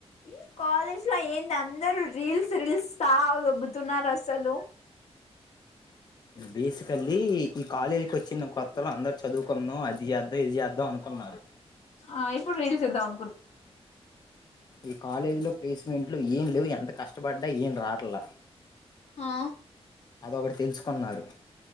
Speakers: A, on the left; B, on the left.
A: ఈ కాలేజ్ లో ఏంద అన్ అందరు రీల్స్ రీల్స్ సావ దో తగ్గుతున్నారు అసలు
B: బేసికల్లీ ఈ కాలేజీకి వచ్చిన కొత్తలో అందరు చదువుకున్నాం అది చేద్దాం ఇది చేద్దాం అనుకున్నారు
A: ఆ ఇప్పుడు రీల్స్ తీదాం
B: ఈ కాలేజీ లో ప్లేస్మెంట్ ఏం లేవు ఎంత కష్టపడ్డా ఏం రాట్లా
A: ఆ
B: అది ఒక్కటి తెలుసుకున్నారు.